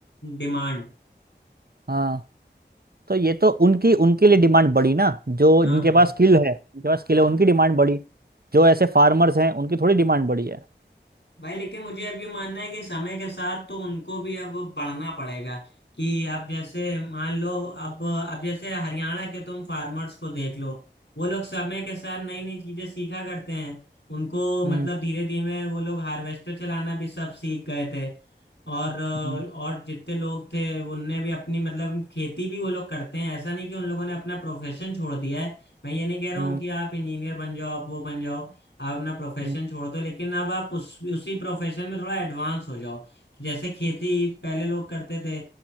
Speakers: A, on the left; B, on the right.
A: डिमांड
B: हाँ तो ये तो उनकी उनके लिए डिमांड बढ़ी ना जो
A: हाँ
B: जिनके
A: हाँ
B: पास स्किल है उनके पास स्किल
A: हाँ
B: है उनकी डिमांड बढ़ी जो ऐसे फार्मर्स हैं उनकी थोड़ी डिमांड बढ़ी है
A: भाई लेकिन मुझे अब ये मानना है कि समय के साथ तो उनको भी अब पढ़ना पड़ेगा कि आप जैसे मान लो अब अब जैसे हरियाणा के तुम फार्मर्स को देख लो वो लोग समय के साथ नई नई चीजें सीखा करते हैं उनको मतलब
B: हम्म
A: धीरे धीरे वो लोग हार्वेस्टर चलाना भी सब सीख गए थे और और
B: हम्म,
A: जितने लोग थे उनने भी अपनी मतलब खेती भी वो लोग करते हैं ऐसा नहीं कि उन लोगों ने अपना प्रोफेशन छोड़ दिया है मैं ये नहीं कह रहा
B: हम्म,
A: हूँ कि आप इंजीनियर बन जाओ आप वो बन जाओ आप अपना प्रोफेशन
B: हम्म,
A: छोड़ दो लेकिन अब आप उस उसी प्रोफेशन में थोड़ा एडवांस हो जाओ कि जैसे खेती पहले लोग करते थे